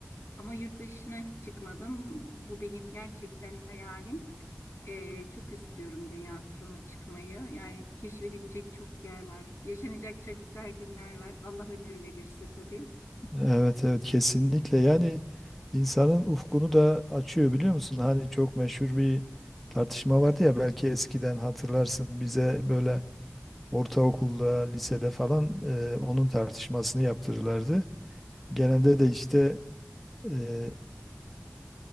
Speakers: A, on the left; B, in the centre.
A: Ama yurt dışına hiç çıkmadım. Bu benim gerçekten hayalim. Ee, çok istiyorum dünya turuna çıkmayı. Yani keşfedilecek çok yer var. Yaşanacak çok güzel günler var. Allah ömür verirse tabii.
B: Evet evet kesinlikle yani insanın ufkunu da açıyor biliyor musun? Hani çok meşhur bir tartışma vardı ya belki eskiden hatırlarsın bize böyle ortaokulda lisede falan e, onun tartışmasını yaptırırlardı. Genelde de işte e,